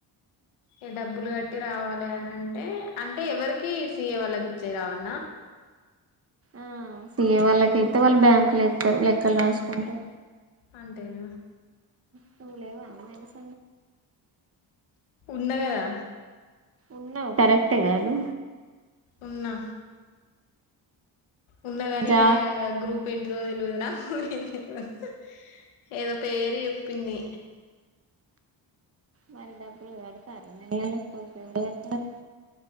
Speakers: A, on the left (about 85°); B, on the right (about 30°).
A: ఈ డబ్బులు గట్టి రావాలి అనంటే అంటే ఎవరికి సీఏ వాళ్ళకి ఇచ్చే రావన్నా
B: ఆ సీఏ వాళ్ళకైతే వాళ్ళు బ్యాంకులుస్త లెక్కలు రాసుకుంటే
A: అంతేనా
B: చూలే వా అ
A: ఉన్నా గదా
B: ఉన్నావు కరెక్టే గాదు
A: ఉన్నా ఉన్నగాని
B: జాబ్
A: ఆ గ్రూప్ ఇన్ని రోజులు వదినా <unintelligible> ఏదో పేరు చెప్పింది.
B: మరి డబ్బులు కడతారా నెల నెలకు ఎవరు కడతారు.